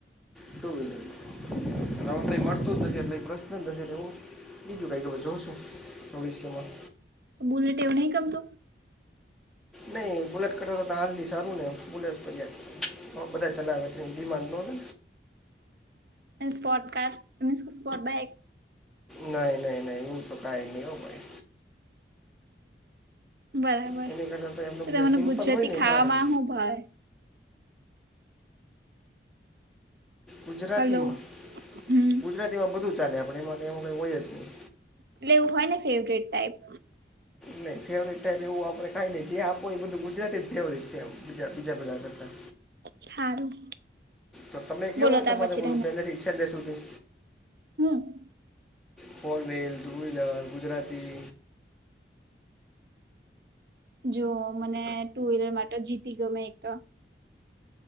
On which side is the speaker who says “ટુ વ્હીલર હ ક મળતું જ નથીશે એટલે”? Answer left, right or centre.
Centre